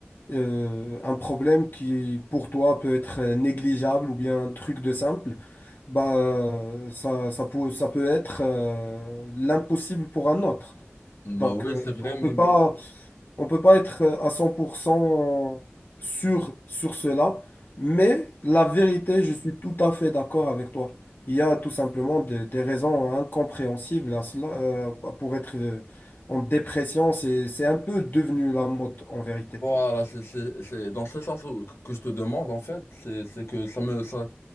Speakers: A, on the left; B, on the left.
A: euh, un problème qui, pour toi, peut être négligeable ou bien un truc de simple, bah, euh, ça, ça peut, ça peut être euh, l'impossible pour un autre.
B: bah
A: Donc,
B: oui,
A: euh,
B: c'est vrai,
A: on
B: mais,
A: peut
B: mais
A: pas on peut pas être euh, à 100% sûr sur cela, mais la vérité, je suis tout à fait d'accord avec toi. Il y a tout simplement des, des raisons incompréhensibles à cela. euh, pour être euh, en dépression, c'est, c'est un peu devenu la mode en vérité.
B: voilà, c'est c'est- c'est dans ce sens où- que que je te demande en fait, c'est c'est que ça me ça,